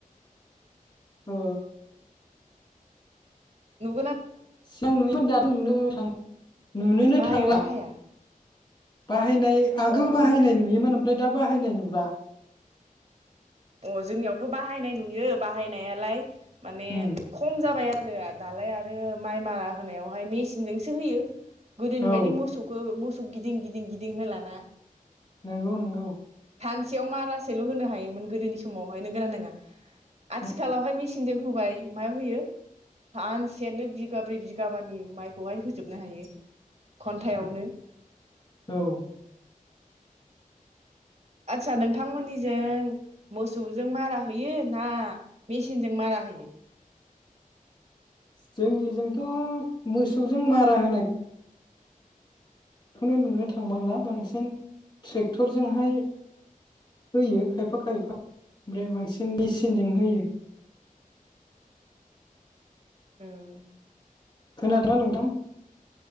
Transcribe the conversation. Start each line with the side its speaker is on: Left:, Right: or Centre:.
Left: ओ
Right: नु
Left: सिगां नुयोमोन दा नुनो थां नुनोनो
Right: बाहायगोन
Left: थांला
Right: ना बाहाया
Left: बाहायनाय आगोल
Right: अ
Left: बाहायनाय
Right: जों
Left: नुयोमोन ओमफ्राय दा बाहायनाय नुला।
Right: अ जोंनियावथ' बाहायनाय नुयो बाहायनायालाय माने
Left: उम
Right: खम जाबाय आर रो दालाय आरो माइ मारा होनायावहाय मेचिनजोंसो होयो। गोदोनि
Left: औ
Right: बायदि मोसौखौ मोस सौ गिदिं गिदिं गिदिं होलाना।
Left: नोंगौ नोंगौ
Right: सानसेयाव मारासेल' होनो हायोमोन। गोदोनि समावहायनो <unintelligible> आथिखालावहाय
Left: उम
Right: मिचिनजों हो बाय मा होयो सानसेनो बिगाब्रै बिगाबानि माइखौहाय होजोबनो हायो खन्थायावनो
Left: नंगौ। औ
Right: आतसा नोंथांमोननिजों मोसौजों मारा होयो ना मेसिनजों मारा होयो
Left: जोंनिजोंथ' मोसौजों मारा होनाय खौनो नुनो थांबांला बांसिन ट्रेक्टरजोंहाय होयो खायफा खायफा ओमफ्राय बांसिन मेचिनजों होयो
Right: उम
Left: खोनादों ना नोंथां